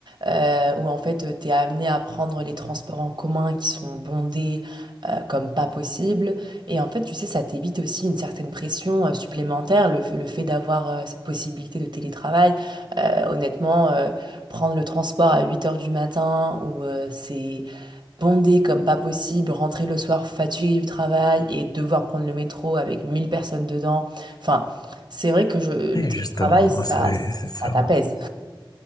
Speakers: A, on the right; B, on the left.
A: euh, où en fait tu es amené à prendre les transports en commun qui sont bondés euh, comme pas possible. Et en fait, tu sais, ça t'évite aussi une certaine pression euh, supplémentaire, le, f- le fait d'avoir euh, cette possibilité de télétravail. Euh, honnêtement, euh, prendre le transport à 8 heures du matin ou euh, c'est bondé comme pas possible, rentrer le soir fatigué du travail et devoir prendre le métro avec 1000 personnes dedans. Enfin, c'est vrai que je, le
B: Et
A: télétravail,
B: justement,
A: ça,
B: c'est
A: ça
B: c'est ça.
A: t'apaise.